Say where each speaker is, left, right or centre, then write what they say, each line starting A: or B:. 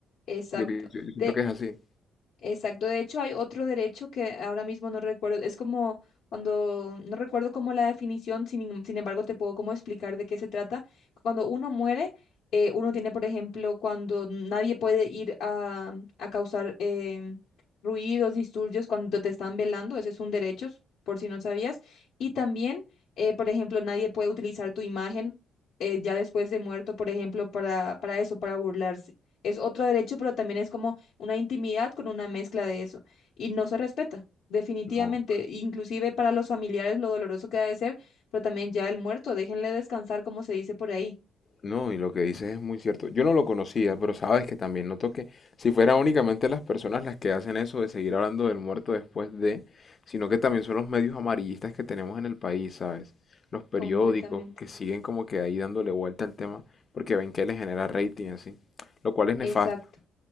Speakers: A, on the left; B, on the left.
A: exacto.
B: Yo, que- yo- yo
A: De
B: siento que es así.
A: Exacto, de hecho hay otro derecho que ahora mismo no recuerdo, es como cuando, no recuerdo como la definición, sin, em- sin embargo te puedo como explicar de qué se trata. Cuando uno muere, eh, uno tiene, por ejemplo, cuando nadie puede ir a, a causar em, ruidos, disturbios cuando te están velando, ese es un derecho, por si no sabías. Y también, eh, por ejemplo, nadie puede utilizar tu imagen eh, ya después de muerto, por ejemplo, para, para eso, para burlarse. Es otro derecho, pero también es como una intimidad con una mezcla de eso y no se respeta. Definitivamente,
B: No,
A: inclusive para los familiares lo doloroso que ha de ser, pero también ya el muerto, déjenle descansar como se dice por ahí.
B: no, y lo que dices es muy cierto. Yo no lo conocía, pero sabes que también noto que si fuera únicamente las personas las que hacen eso de seguir hablando del muerto después de, sino que también son los medios amarillistas que tenemos en el país, ¿sabes? Los periódicos
A: Completamente.
B: que siguen como que ahí dándole vuelta al tema porque ven que les genera rating y así, lo cual es
A: Exacto.
B: nefasto,